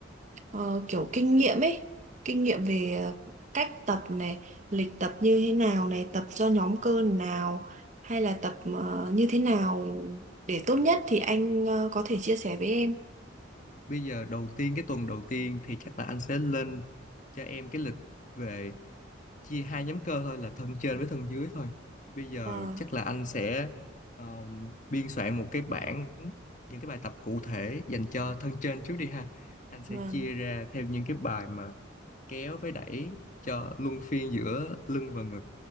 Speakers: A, on the right; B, on the left.
A: ờ, kiểu kinh nghiệm ấy, kinh nghiệm về ờ, cách tập này, lịch tập như thế nào này, tập cho nhóm cơ nào hay là tập ờ, như thế nào để tốt nhất thì anh ờ, có thể chia sẻ với em.
B: bây giờ đầu tiên cái tuần đầu tiên thì chắc là anh sẽ lên cho em cái lịch về chia hai nhóm cơ thôi là thân trên với thân dưới thôi bây giờ
A: Vâng,
B: chắc là anh sẽ um, biên soạn một cái bảng những cái bài tập cụ thể dành cho thân trên trước đi ha anh sẽ
A: vâng,
B: chia ra theo những cái bài mà kéo với đẩy cho luân phiên giữa lưng và ngực